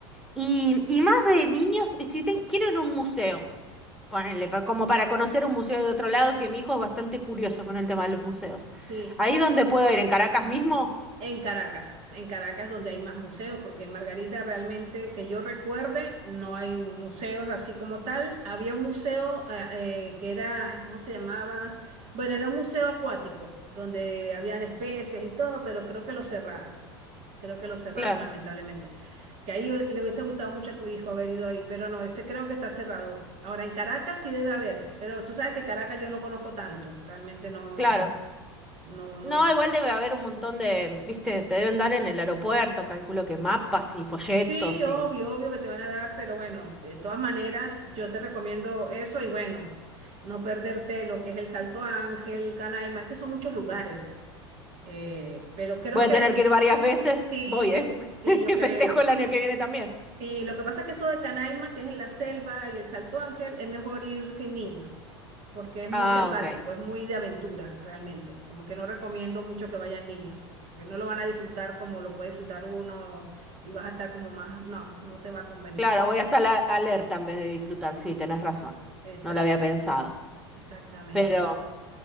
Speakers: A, in the centre; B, on the right.
A: Y, y más de niños, si te- quiero ir a un museo. Ponele, pa- como para conocer un museo de otro lado, que mi hijo es bastante curioso con el tema de los museos.
B: sí.
A: ¿Ahí donde puedo ir? ¿En Caracas mismo?
B: En Caracas, en Caracas donde hay más museos, porque en Margarita realmente, que yo recuerde, no hay museos así como tal. Había un museo eh, eh, que era, ay, ¿cómo se llamaba? Bueno, era un museo acuático, donde habían especies y todo, pero creo que lo cerraron. Creo que lo cerraron,
A: Claro,
B: lamentablemente. Que ahí eh, le hubiese gustado mucho a tu hijo haber ido ahí, pero no, ese creo que está cerrado. Ahora, en Caracas sí debe haber, pero tú sabes que Caracas yo no conozco tanto, realmente no,
A: claro.
B: no, no.
A: No, igual debe haber un montón de, viste, te deben dar en el aeropuerto, calculo que mapas y folletos
B: Sí, obvio,
A: y...
B: obvio que te van a dar, pero bueno, de todas maneras, yo te recomiendo eso y bueno, no perderte lo que es el Salto Ángel, Canaima, es que son muchos lugares, eh, pero creo
A: Voy
B: que
A: a tener que ir varias veces.
B: sí,
A: Voy, ¿eh?
B: sí,
A: <laughs>
B: yo creo.
A: Festejo el año que viene también.
B: Sí, lo que pasa es que esto de Canaima, que es en la selva y el Salto Ángel, es mejor ir sin niños, porque es muy
A: Ah,
B: selvático,
A: ok.
B: es muy de aventura realmente, como que no recomiendo mucho que vayan niños, porque no lo van a disfrutar como lo puede disfrutar uno y vas a estar como más, no, no te va a convenir.
A: Claro, voy hasta la alerta en vez de disfrutar. Sí, tenés razón.
B: Exacta,
A: No lo había pensado.
B: exactamente.
A: Pero...